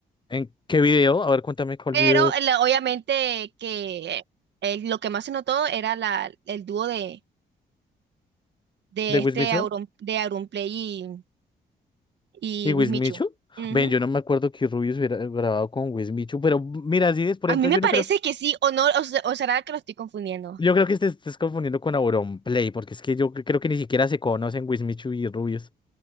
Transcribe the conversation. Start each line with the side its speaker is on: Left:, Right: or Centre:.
Left: ¿En qué video? A ver, cuéntame cuál
Right: Pero
Left: video
Right: eh, la- obviamente que eh, lo que más se notó era la, el dúo de, de
Left: de
Right: este
Left: Wismichu
Right: Auron, de Auronplay y, y
Left: y
Right: Wismichu.
Left: Wismichu.
Right: Ujú.
Left: Ven, yo no me acuerdo que Rubius hubiera grabado con Wismichu, pero mira, si es, por
Right: A
Left: ejemplo,
Right: mí me
Left: yo
Right: parece
Left: no creo.
Right: que sí, o no, o, se- o será que lo estoy confundiendo.
Left: Yo creo que te estés confundiendo con Auronplay, porque es que yo creo que ni siquiera se conocen Wismichu y Rubius.